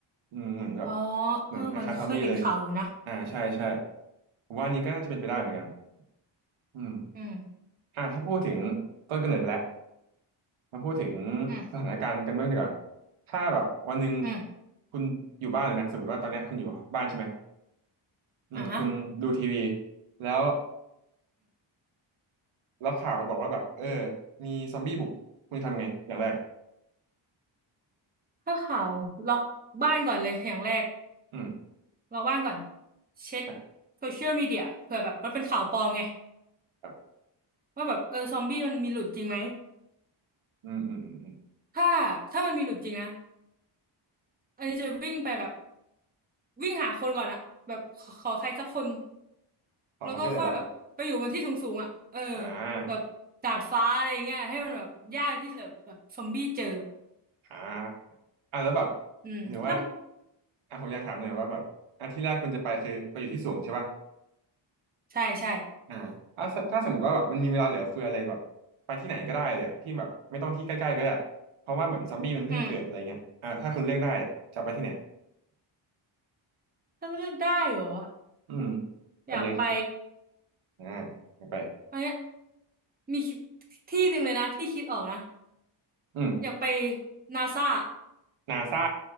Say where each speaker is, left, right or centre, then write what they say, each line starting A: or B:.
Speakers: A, on the right; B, on the right.
A: อืมเหมือนแบบ
B: อ๋อ
A: เหมือนคล้ายๆซอมบี้เลย
B: เออมันเคยเห็นข่าวอยู่นะ
A: อ่าใช่ใช่ผมว่าอันนี้ก็น่าจะเป็นไปได้เหมือนกันอืม
B: อืม
A: อ่าถ้าพูดถึงต้นกำเนิดไปแล้ว มาพูดถึง
B: อืม
A: สถานการณ์กันบ้างดีกว่าถ้าแบบวันหนึ่ง
B: อืม
A: คุณอยู่บ้านเลยนะสมมติว่าตอนเนี้ยคุณอยู่บ้านใช่ไหมอืมคุณดูทีวี
B: อ่าฮะ
A: แล้วแล้วข่าวมันบอกว่าแบบเออมีซอมบี้บุกคุณจะทำไงอย่างแรก
B: ถ้าข่าวล็อกบ้านก่อนเลยอย่างแรก
A: อืม
B: ล็อกบ้านก่อนเช็ค
A: อ่ะ
B: โซเชียลมีเดียเผื่อแบบมันเป็นข่าวปลอมไง
A: แบบ
B: ว่าแบบเออซอมบี้มันมีหลุดจริงไหม
A: อืมอืมอืมอืม
B: ถ้าถ้ามันมีหลุดจริงนะอันนี้จะวิ่งไปแบบวิ่งหาคนก่อนอะแบบขอขอใครสักคน
A: ขอความช่วยเหลือเหรอ
B: แล้วก็ค่อยแบบไปอยู่บนที่สูงๆอะเออ
A: อ่า
B: แบบดาดฟ้าอะไรเงี้ยให้มันแบบยากที่จะแบบซอมบี้เจออะ
A: อ่าอ่ะแล้วแบบ
B: อืมถ้า
A: ถือว่าอ่ะผมอยากถามหน่อยว่าแบบอ่ะที่แรกคุณจะไปคือไปอยู่ที่สูงใช่ป่ะ
B: ใช่ใช่
A: อ่าถ้าถ้าสมมติว่าแบบมันมีเวลาเหลือเฟือเลยแบบไปที่ไหนก็ได้เลยอะที่แบบไม่ต้องที่ใกล้ๆก็ได้เพราะว่าเหมือนซอมบี้มันเพิ่งเกิดอะไรเงี้ยอ่าถ้าคุณเลือกได้อะจะไปที่ไหน
B: อืมถ้าเลือกได้เหรอ
A: อืมแบบยัง
B: อยากไป
A: อ่าไม่ไป
B: อันเนี้ยมีคิดที่หนึ่งเลยนะที่คิดออกนะ
A: อืม
B: อยากไปนาซา
A: นาซา